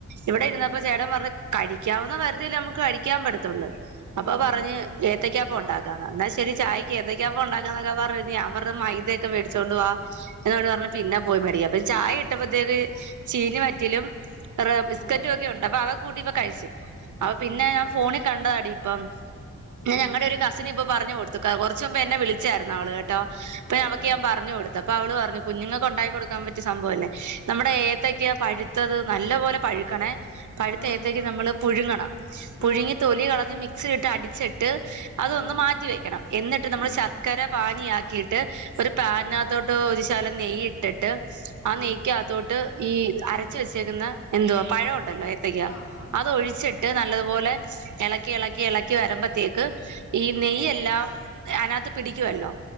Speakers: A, on the right; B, on the left.
A: ഇവിടെ
B: ആ
A: ഇരുന്നപ്പ ചേടൻ പറഞ് കഴിക്കാവുന്ന പരിധിൽ നമുക്ക് കഴിക്കാൻ പറ്റത്തുള്ളൂ അപ്പൊ
B: ഉം
A: പറഞ്ഞ് തക്ക്യാപ്പം ഉണ്ടാക്കാന്ന് എന്നാൽ ശരി ചായക്ക് ഏതക്കാപ്പം ഉണ്ടാക്കാ എന്നൊക്കെ പറഞ് ഞൻ പറഞ്ഞു മൈദയൊക്കെ മേടിച്ചുകോണ്ട് വാ എന്നോട് പറഞ്ഞഞ് പിന്നെ പോയി മേടിക്ക അപ്പ ചായ ഇട്ടപ്പത്തേക്ക് ചീനിവറ്റിലും ബിസ്കറ്റും
B: ആ
A: ഒക്കെ ഉണ്ട് അപ്പൊ അവ കൂട്ടിപ്പ കഴിച്ചു അപ്പൊ പിന്നെ
B: ആഹ്
A: ഞാൻ ഫോണിൽ കണ്ടതാടി ഇപ്പം ഞാ
B: ഉം
A: ഞങ്ങളടെ ഒരു കസിൻ ഇപ്പൊ പറഞ്ഞു കൊടുത്തു കുറച്ച മുമ്പ് എന്നെ വിളിച്ചായിരുന്നു അവള് കേട്ടോ അപ്പൊ
B: ഓ
A: അവക്ക്
B: ഓ
A: ഞാൻ പറഞ്ഞു കൊടുത്തു അപ്പൊ അവള് പറഞ്ഞു കുഞ്ഞുങ് ഉണ്ടാക്കി കൊടുക്കാൻ പറ്റിയ സംഭവം അല്ലേ നമ്മുടെ ഏത്തക്കാ പഴുത്തത് നല്ല പോലെ പഴുക്കാന് പഴുത്തേഏത്തേക്ക്
B: ആഹ്
A: നമ്മള് പുഴുങ്ങണം പുഴുങ്ങി
B: ആഹ്
A: തൊലി കളഞ്ഞ് മിക്സി ഇട്ട് അടി അതൊന്ന്
B: ആഹ്
A: മാറ്റിവെക്കണം എന്നിട്ട് നമ്മള്
B: ഉം
A: ശർക്കരപ്പാനി ആക്കിയിട്ട് ഒരു പാനിനകതൊട്ട്
B: ആഹ്
A: ഒരുശാലം നെയ് ഇട്ടിട്ട് ആ
B: ആഹ്
A: നെയ്ക ട്ട് ഈ അരച്ച വെച്ചേക്കുന്ന എന്തുവാ പഴംഉണ്ടല്ലോ ഏത്തക്ക
B: ആഹ് ആഹ്
A: അതൊഴിചച്ചി ട്ട് ട്ട് നല്ലതുപോലെ ഇളക്കി ഇളക്കി ഇളക്കി വരുമ്പോത്തേക്ക് ഈ നെയ്യെല്ലാം അതിനകത്ത് പിടിക്കുവല്ലോ